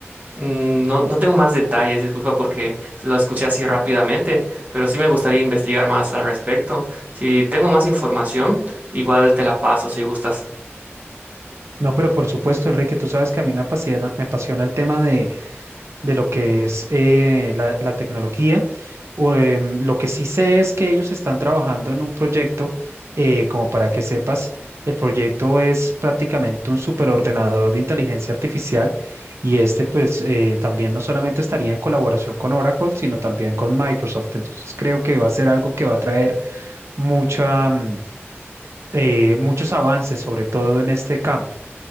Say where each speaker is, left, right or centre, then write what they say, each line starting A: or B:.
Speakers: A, on the right (about 35°); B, on the right (about 75°).
A: Mm, No, no tengo más detalles, disculpa porque lo escuché así rápidamente, pero sí me gustaría investigar más al respecto. Si tengo más información, igual te la paso si gustas.
B: No, pero por supuesto, Enrique, tú sabes que a mí me apasiona, me apasiona el tema de lo que es eh, la, la tecnología. O, em, lo que sí sé es que ellos están trabajando en un proyecto, eh, como para que sepas, el proyecto es prácticamente un superordenador de inteligencia artificial y este pues eh, también no solamente estaría en colaboración con Oracle, sino también con Microsoft. Entonces creo que va a ser algo que va a traer mucha, mm, eh, muchos avances, sobre todo en este campo.